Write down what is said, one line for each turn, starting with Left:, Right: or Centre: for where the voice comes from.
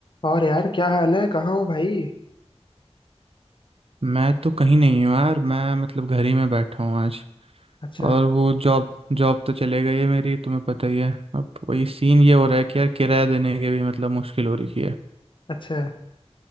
Left: और यार क्या हाल है कहाँ हो भाई
Right: मैं तो कहीं नहीं हूँ यार मैं मतलब घर ही में बैठा हूँ आज
Left: अच्छा
Right: और वो जॉब जॉब तो चले गई है मेरी तुम्हें पता ही है अब वही सीन ये हो रहा है कि यार किराया देने के भी मतलब मुश्किल हो रही है
Left: अच्छा